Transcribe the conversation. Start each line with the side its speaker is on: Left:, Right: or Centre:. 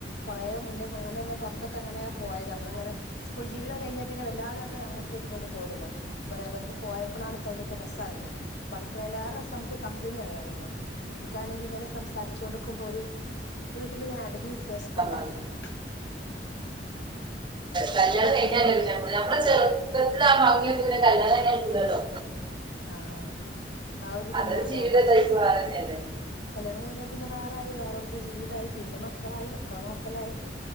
Left: കൊറേ മുന്നേ ഇങ്ങനല്ലേ പൊറത്തൊക്കെങ്ങനെ പോയത നമ്മള് ഇങ്ങനെ സ്കൂൾ ജീവിതം കഴിഞ്ഞേ പിന്നെ വല്ലാതായിട്ട് അങ്ങൻത്തെതില് ഒന്നും പോവല്ല്ലാ. ഞാൻ പറയ അതൊക്കെ പോയപ്പളാണ് ഇപ്പ അയ്ന്റെ രസറിയണത്. പഠിക്ക്ണേയ്ലേറെ രസം നമുക്ക് കമ്പനി ആകാണല്ലോ. എനിക്കാണെങ്കിൽ ഇങ്ങനെ സംസാരിച്ച് കൊണ്ട്ക്ക്മ്പൊ ഒര് വീട്ടിലിങ്ങനെ അടഞ്ഞിരിക്കുന്നെ ഇഷ്ടല്ലാത്തൊരാളാ
Right: സമാ കല്യാണം കഴിഞ്ഞാ <unintelligible> പിന്നെ ഞമ്മടെ ചെുപ്പത്തിലെ ആ ഭംഗിയൊന്നു പിന്നെ കല്യാണം കയിഞ്ഞ കിട്ടൂലല്ലോ.
Left: ആഹ്. ആ ഒരിത്
Right: അതൊരു
Left: ഇണ്ടാവൂലേ
Right: ജീവിതം
Left: ഞമ്മക്ക്
Right: എല്ലാർക്കും വേറെന്നെയല്ലേ
Left: കല്യാണം കഴിഞ്ഞാ പിന്നെ വേറായി. വേറോട്ത്തെ ജീവിതായി, പിന്നെ മക്കളായി, മക്കളെ നോക്കലായി